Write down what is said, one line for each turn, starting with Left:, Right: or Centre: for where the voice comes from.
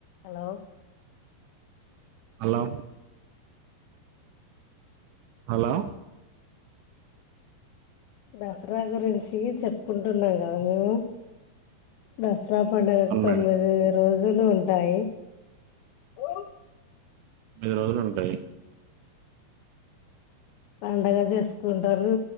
Left: Hello
Right: hello hello
Left: Dasara గురించి చెప్పుకుంటున్నాం కదా మేము దసరా పండుగకు
Right: అవును
Left: తొమ్మిది
Right: మేడం
Left: రోజులు ఉంటాయి ఓ
Right: <unintelligible> ఉంటాయి
Left: పండగ చేసుకుంటారు.